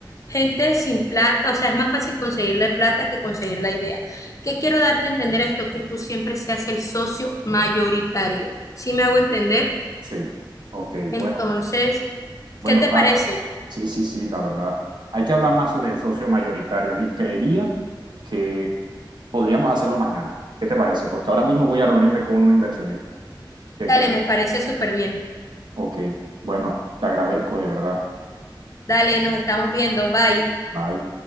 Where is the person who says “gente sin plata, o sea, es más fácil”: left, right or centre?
Left